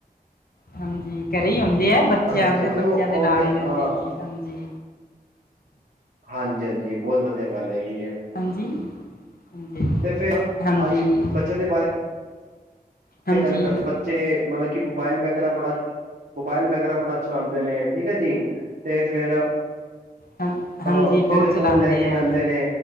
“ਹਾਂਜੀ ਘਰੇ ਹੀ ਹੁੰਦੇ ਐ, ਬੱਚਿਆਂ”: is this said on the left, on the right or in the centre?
Left